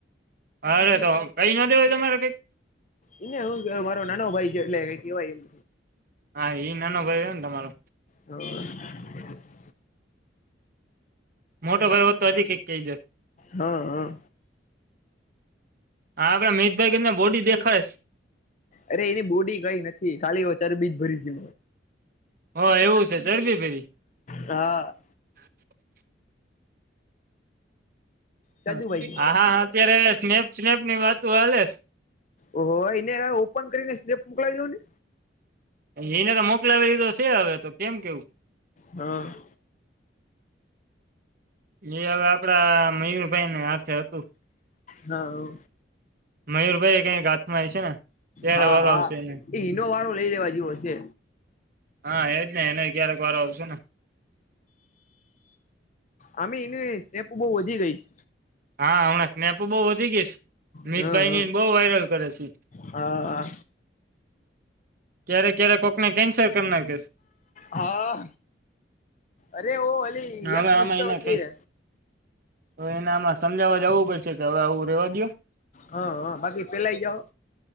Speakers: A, on the right; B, on the left.
A: અરે તો કઈ ના દે હોય તમારે કઈ?
B: એને હું મારો નાનો ભાઈ છે એટલે કેવાય એ.
A: હા એ ન બર તમારો.
B: હ.
A: મોટો ભાઈ હોત તો આજી કઈ કેડેત.
B: હા હા.
A: હા આપડે મિતભાઈ કરી ને બોડી દેખાશ.
B: અરે એની બોડી કઈ નથી કાલી વચારું બીજ ભરી છે.
A: હ એવું છે ચરબી ફેરી.
B: હા.
A: <unintelligible> હા
B: જાદુભાઈ છે
A: હા હા અત્યારે સ્નેપ સ્નેપ ની વાતો હાલે.
B: ઓ એને હવે ઓપન કરીને સ્લેપ મોકલાલી દઉ ને.
A: એને તો મોકલાવી લીધો છે હવે તો કેમ કેવું.
B: હા.
A: એ હવે આપડા મયુરભાઈ ને હાથે હતું.
B: હા.
A: મયુરભાઈ કઈ હાથમાં આ છે ને ત્યારે
B: હા
A: વારો
B: હા
A: આવશે એને.
B: એ હિનો વારો લઈ લેવા જેવો હશે.
A: હા એજ ને એને ક્યારેક વાર આવશે ને.
B: આમે એનું સેપ બહ વધી ગઈશ.
A: હા હમણાં સ્નેપો બહુ વધી ગઈ છે મીિતભાઈની
B: છે હા હા
A: બહુ વાયરલ કરે છે.
B: હા.
A: ક્યારે ક્યારે કોકને કેન્સર કરી નાખે છે
B: હા અરે ઓ અલી
A: ને
B: યક
A: હવે
B: મસ્ત
A: આમાં એને
B: હછી
A: કઈક હવે એને આમાં સમજાવવા જવું પડશે કે હવે આવું રેવા દયો?
B: હા હા બાકી પેલા જાઓ